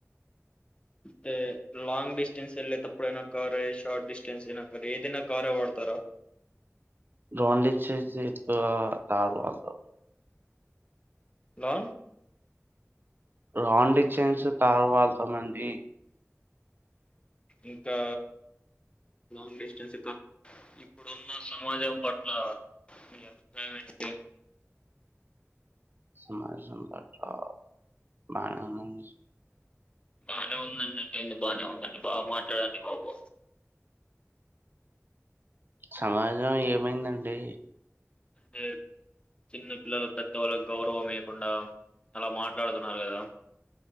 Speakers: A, on the left (about 20°); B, on the right (about 40°).
A: అంటే లాంగ్ డిస్టెన్స్ వెళ్ళే టప్పుడైనా కారే షార్ట్ డిస్టెన్స్ అయినా కారే ఏదైనా కారే వాడతారా
B: లాంగ్ డిస్టెన్స్ కి కారు లో
A: హలో
B: లాంగ్ డిస్టెన్స్ కి కారులో వెళ్తామండి
A: ఇంకా లాంగ్ డిస్టెన్స్ ఇప్పుడున్న సమాజం పట్ల మీ అభిప్రాయం ఏంటి
B: సమాజం పట్ల <unintelligible>
A: బానే ఉందండి బానే ఉందండి బాగా మాట్లాడండి బాబు
B: సమాజం ఏమైందండి
A: అంటే చిన్న పిల్లలు పెద్ద వాళ్ళకి గౌరవం ఇయ్యాకుండా అలా మాట్లాడుతున్నారు కదా